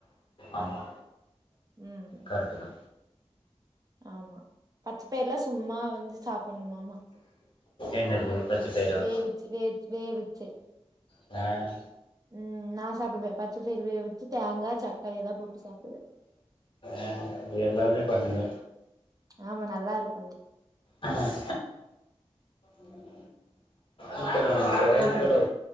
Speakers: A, on the left (about 50°); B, on the right (about 35°).
A: ஆமா
B: ம்
A: கரெக்டு தா
B: ஆமா பச்ச பயிர்லா சும்மா வந்து சாப்பிட்ணுமாமா
A: என்னது பச்சப்பயிறா
B: வேவச்சு வேச் வேவச்சு
A: அ
B: ம் நா சாப்பிடுவே பச்ச பயிறு வேவச்சு தேங்கா சக்கர எல்லா போட்டு சாப்பிடுவே
A: அ எல்லாமே பண்ணுங்க
B: ஆமா நல்லா இருக்கோ அது
A: ஆான் உம் இத்தல குத்தோ